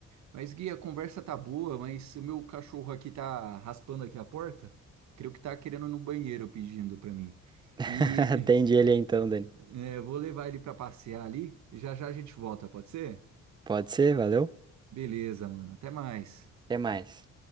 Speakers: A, on the right; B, on the right.
A: Mas, Gui, a conversa tá boa, mas o meu cachorro aqui tá raspando aqui a porta. Creio que tá querendo ir no banheiro pedindo para mim.
B: <laughs>
A: E
B: Atende ele aí então, Dani.
A: É, eu vou levar ele pra passear ali e já já a gente volta, pode ser?
B: Pode ser, valeu?
A: Beleza, mano. Até mais.
B: Até mais.